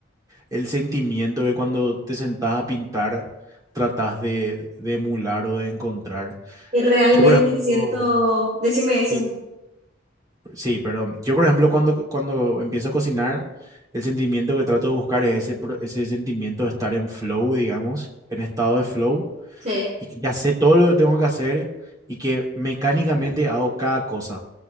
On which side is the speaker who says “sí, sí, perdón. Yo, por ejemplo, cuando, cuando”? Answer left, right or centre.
Right